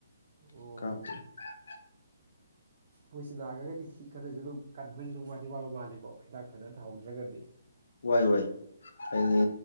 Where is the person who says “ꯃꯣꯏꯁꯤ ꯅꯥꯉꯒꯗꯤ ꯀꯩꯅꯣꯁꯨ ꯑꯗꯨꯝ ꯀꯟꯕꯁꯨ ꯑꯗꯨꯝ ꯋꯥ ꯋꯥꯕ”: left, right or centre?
Right